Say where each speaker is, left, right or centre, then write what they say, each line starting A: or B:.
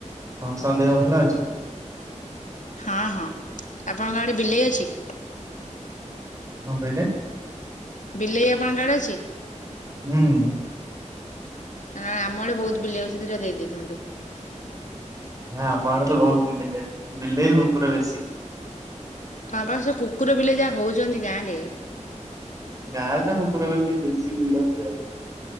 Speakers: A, on the right; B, on the left.
A: ସମସ୍ତଙ୍କ ଦେହ ଭଲ ଅଛି?
B: ହଁ, ହଁ, ଆପଣଙ୍କ ଆଡେ ବିଲେଇ ଅଛି?
A: କଣ କହିଲେ?
B: ବିଲେଇ ଆପଣଙ୍କ ଆଡ଼େ ଅଛି?
A: ହୁଁ।
B: ଏ ନାଁ ଆମ ଆଡ଼େ ବହୁତ୍ ବିଲେଇ ଅଛି ଦିଇଟା ଦେଇଦେଇଥାନ୍ତୁ।
A: ନାଇଁ ଆମ ଆଡ଼େ ତ ବହୁତ୍ ବିଲେଇ, ବିଲେଇ ଆଉ କୁକୁର ବେଶୀ।
B: ହଁ ପା ସେ କୁକୁର ବିଲେଇ ଯାହା ହଉଛନ୍ତି ଗାଁରେ।
A: ଗାଁରେ ତ କୁକୁର ବିଲେଇ ବେଶୀ ବୁଲନ୍ତି ଆଉ।